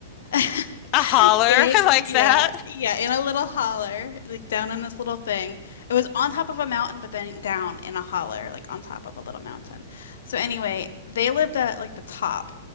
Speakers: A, on the left; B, on the left.
A: <laughs>
B: A holler.
A: It,
B: <laughs> I like
A: yeah,
B: that.
A: yeah, in a little holler, like down in this little thing. It was on top of a mountain, but then down in a holler, like on top of a little mountain. So anyway, they lived at like the top,